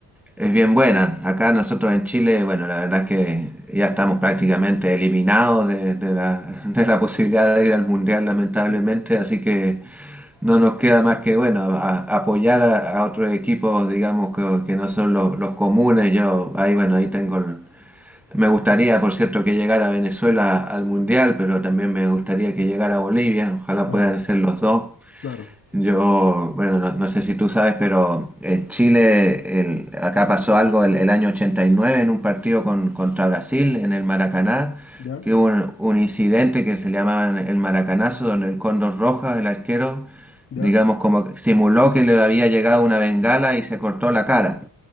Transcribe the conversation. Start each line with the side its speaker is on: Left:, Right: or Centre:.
Centre: es bien buena. Acá nosotros en Chile, bueno, la verdad es que ya estamos prácticamente eliminados de, de la, de la posibilidad de ir al Mundial, lamentablemente,
Left: Sí,
Centre: así que no nos queda más que, bueno, a- apoyar a, a otros equipos, digamos, que, que no son los, los comunes. Yo, ahí, bueno, ahí tengo... Me gustaría, por cierto, que llegara Venezuela al Mundial, pero también me gustaría que llegara Bolivia. Ojalá
Left: claro,
Centre: puedan ser los dos.
Left: claro,
Centre: Yo, bueno, no, no sé si tú sabes, pero en Chile, el- acá pasó algo el, el año 89 en un partido con- contra Brasil en el Maracaná,
Left: ya,
Centre: que hubo un, un incidente que se llamaba el Maracanazo, donde el Cóndor Roja, el arquero,
Left: ya,
Centre: digamos, como que simuló que le había llegado una bengala y se cortó la cara.